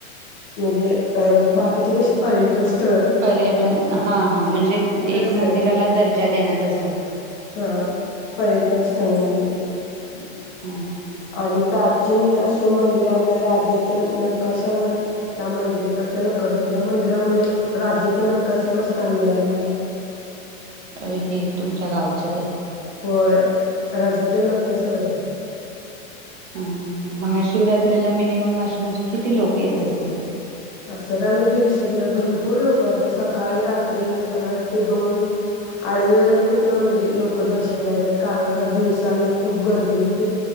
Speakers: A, on the left (about 30°); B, on the right (about 60°).
A: म्हणजे अ बाकीचे कशी पर्यटन स्थ
B: पर्यटन हा हा म्हणजे
A: तस
B: एक मंदिराला दर्जा देण असे!
A: हा पर्यटन स्थळ झाल हे!
B: <inaudible> हम्म हां
A: आणि प्राचीन शिव मंदिरामुळे राज्याच्या नकाशावर या मंदिराच्या नकाश ह्या मंदिरामुळे राज्याच्या नकाशावर स्थान मिळालेलं आहे.
B: अ हे तुमच्या गावचं ते.
A: होय राज्याच्या नक्काशा शहर आहे.
B: ह महाशिवरात्रीला मिनिमम आर म्हणजे किती लोक येत असतील?
A: असं काय म्हणजे, हिशोब नाही भरपूर लोक असतात. सकाळी रात्री मला वाटते दोन अडेच वाजल्यापासून म्हणजे लोक दर्शनला येतात कारण का दिवसाले खूप गर्दी होते.